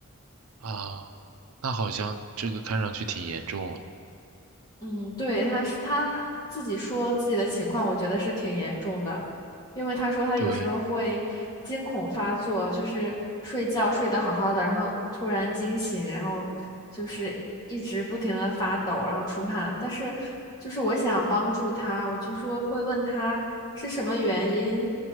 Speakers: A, on the right; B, on the left.
A: 啊，那好像这个看上去挺严重了。
B: 嗯，对，他是他自己说自己的情况，我觉得是挺严重的，因为他说他有时候会惊恐发作，
A: 对，
B: 就是睡觉睡得好好的，然后突然惊醒，然后就是一直不停的发抖，然后出汗。但是就是我想帮助他，我就说会问他是什么原因，